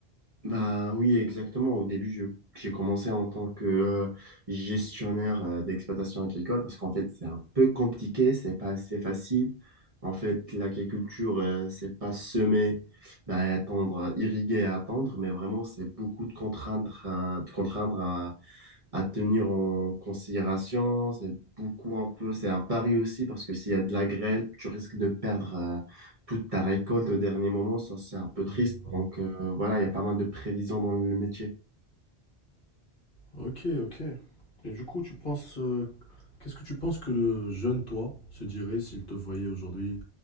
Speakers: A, on the right (about 35°); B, on the left (about 55°).
A: Bah oui, exactement. Au début, je- j'ai commencé en tant que euh, gestionnaire euh, d'exploitation agricole parce qu'en fait, c'est un peu compliqué, c'est pas assez facile. En fait, l'agriculture, euh, c'est pas semer, bah, attendre, euh, irriguer et attendre, mais vraiment, c'est beaucoup de contraindre, euh, de contraindre à tenir en considération. C'est beaucoup un peu, c'est un pari aussi parce que s'il y a de la grêle, tu risques de perdre euh, toute ta récolte au dernier moment. Ça, c'est un peu triste.
B: Ouais, je vois.
A: Donc euh, voilà, il y a pas mal de prévisions dans le métier.
B: Ok, ok. Et du coup, tu penses, euh, qu'est-ce que tu penses que le jeune toi se dirait s'il te voyait aujourd'hui?